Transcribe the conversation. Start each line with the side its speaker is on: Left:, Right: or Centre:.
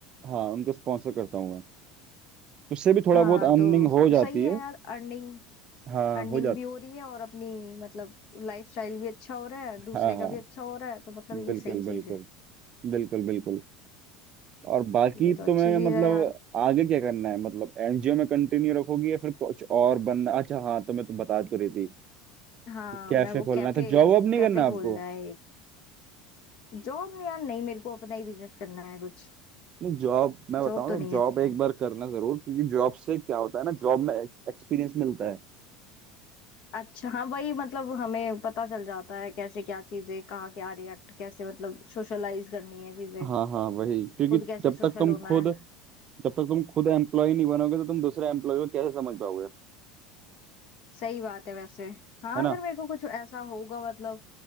Right: हाँ उनको स्पॉन्सर करता हूँ मैं उससे भी थोड़ा
Left: हाँ
Right: बहुत अर्निंग
Left: तो
Right: हो जाती
Left: सही है
Right: है
Left: यार अर्निंग
Right: हाँ
Left: अर्निंग
Right: हो जाती
Left: भी हो रही है और अपनी मतलब लाइफस्टाइल भी अच्छा हो रहा है
Right: है
Left: दूसरे
Right: हाँ
Left: का
Right: हाँ
Left: भी अच्छा हो रहा है तो मतलब
Right: बिल्कुल
Left: ये सही चीज
Right: बिल्कुल
Left: है
Right: बिल्कुल बिल्कुल और बाकी
Left: ये तो अच्छी
Right: तुम्हें
Left: चीज
Right: मतलब
Left: है यार
Right: आगे क्या करना है मतलब एनजीओ में कंटिन्यू रखोगी या फिर कुछ और बनना अच्छा हाँ तो मैं तो बता तो रही थी
Left: हाँ
Right: कैफे
Left: मैं वो
Right: खोलना
Left: कैफे
Right: है तो जॉब
Left: मेरे
Right: वॉब
Left: को
Right: नहीं
Left: कैफे
Right: करना
Left: खोलना
Right: आपको
Left: है एक जॉब नहीं यार नहीं मेरे को अपना ही बिजनेस करना है कुछ
Right: नहीं जॉब मैं बताऊँ
Left: जॉब तो नहीं
Right: तो जॉब
Left: करनी
Right: एक
Left: है
Right: बार करना जरूर क्योंकि जॉब से क्या होता है ना जॉब में एक्सपीरियंस मिलता है
Left: अच्छा हाँ वही मतलब हमें पता चल जाता है कैसे क्या चीजें कहाँ क्या रिएक्ट कैसे मतलब सोशलाइज करनी है चीजें
Right: हाँ हाँ वही क्योंकि
Left: खुद कैसे
Right: जब
Left: सोशल
Right: तक तुम
Left: होना
Right: खुद
Left: है
Right: जब तक तुम खुद एम्प्लॉय नहीं बनोगे तो तुम दूसरे एम्प्लॉय को कैसे समझ पाओगे
Left: सही बात है वैसे हाँ
Right: है ना
Left: अगर मेरे को कुछ ऐसा होगा मतलब